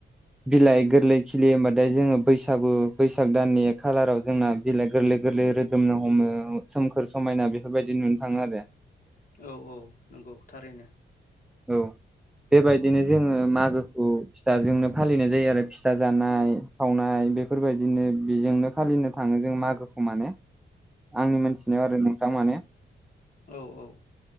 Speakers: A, in the centre; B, on the left (about 45°).
A: बिलाइ गोरलै खिलियो होमबाथाय जोङो बैसागु बैसाग दाननि एक खालाराव जोंना बिलाइ गोरलै गोरलै रोदोमनो हमो सोमखोर समायना बेफोरबायदि नुनो थाङो आरो
B: औ औ नंगौ थारैनो
A: औ बेबायदिनो जोङो मागोखौ फिथाजोंनो फालिनाय जायो आरो फिथा जानाय सावनाय बेफोरबायदिनो बेजोंनो फालिनो थाङो जों मागोखौ माने आंनि मोनथिनायाव आरो नोंथां माने
B: औ औ